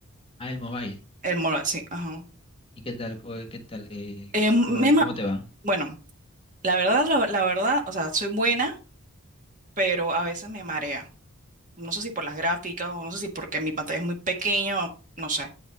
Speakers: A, on the left (about 25°); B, on the right (about 35°).
A: Ah, el mobile.
B: el MOBA, sí, ajá.
A: ¿Y qué tal, co- qué tal, eh,
B: Eh, me
A: cómo,
B: ma-
A: cómo te va?
B: bueno, la verdad, la, la verdad, o sea, soy buena, pero a veces me marea. No sé si por las gráficas o no sé si porque mi pantalla es muy pequeña, o no sé,